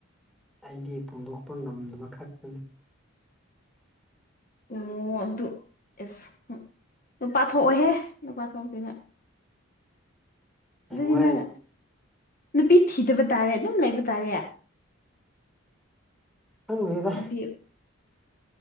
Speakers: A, in the centre; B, on the left.
A: ꯑꯩꯗꯤ ꯐꯣꯡꯗꯣꯛꯄ ꯉꯝꯗꯕ ꯈꯛꯇꯅꯤ
B: ꯑꯣ ꯑꯗꯨ ꯑꯦꯁ ꯅꯨꯨꯄꯥ ꯊꯣꯛꯑꯣꯍꯦ ꯅꯨꯨꯄꯥ ꯊꯣꯛꯇꯦ ꯅꯪ
A: ꯍꯌꯦꯡꯋꯥꯏ
B: ꯑꯗꯨꯗꯤ ꯅꯪ ꯅꯨꯄꯤ ꯊꯤꯗꯕ ꯇꯥꯔꯦ ꯑꯗꯨꯝ ꯂꯩꯕ ꯇꯥꯔꯦ
A: ꯈꯪꯗ꯭ꯔꯦꯗ
B: ꯅꯨꯄꯤ